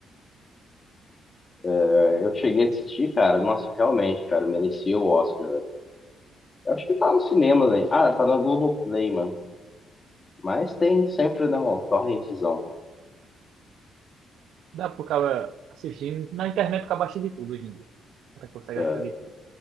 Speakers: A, on the left (about 35°); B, on the right (about 80°).
A: É, eu cheguei a assistir, cara. Nossa, realmente, cara, merecia o Oscar, Acho que tá nos cinemas, hein? Ah, tá na Globoplay, mano. Mas tem sempre, não, torrentzão.
B: Dá pro cara assistir Na internet fica abaixo de tudo hoje em dia. O cara consegue
A: É.
B: achar de tudo.